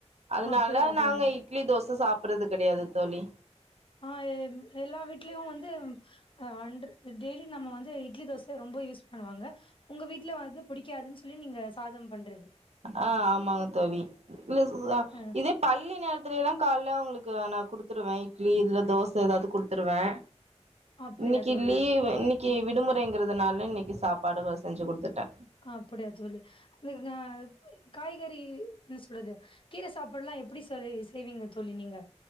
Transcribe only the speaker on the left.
அப்டியா
தோழி
ஆ எல்லா வீட்லயு வந்து அ அண்ரு டெய்லி நம்ம வந்து இட்லி தோச ரொம்ப யூஸ் பண்ணுவாங்க உங்க வீட்ல வந்து புடிக்காதுன் சொல்லி நீங்க சாதம் பண்றது
அ
அப்டியா
தோழி
அப்புடியா தோழி இந்தக்கு அ காய்கறி என்ன சொல்றது கீரை சாப் ப்புல்லா எப்டி தோழி செய்வீங்க தோழி நீங்க